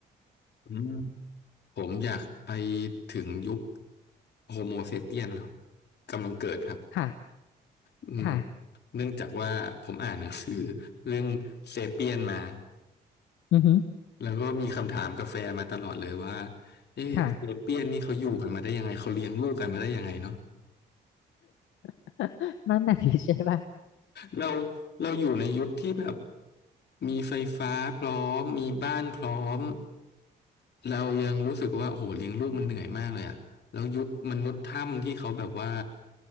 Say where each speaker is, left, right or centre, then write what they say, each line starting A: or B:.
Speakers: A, on the left; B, on the left.
A: อืมผมอยากไปถึงยุคโฮโมเซเปียนครับกำลังเกิดครับ
B: ค่ะ
A: อืม
B: ค่ะ
A: เนื่องจากว่าผมอ่านหนังสือเรื่องเซเปียนมา
B: อือฮึ
A: แล้วก็มีคำถามกับแฟนมาตลอดเลยว่าเอ๊ะเซเปียนนี่เขาอยู่กันมาได้ยังไงเขาเลี้ยงลูกกันมาได้ยังไงเนาะ
B: ค่ะ <laughs> นั่นน่ะสิใช่ป่ะ
A: เราเราอยู่ในยุคที่แบบมีไฟฟ้าพร้อมมีบ้านพร้อมเรายังรู้สึกว่าโอ้โหเลี้ยงลูกมันเหนื่อยมากเลยอะแล้วยุคมนุษย์ถ้ำที่เขาแบบว่า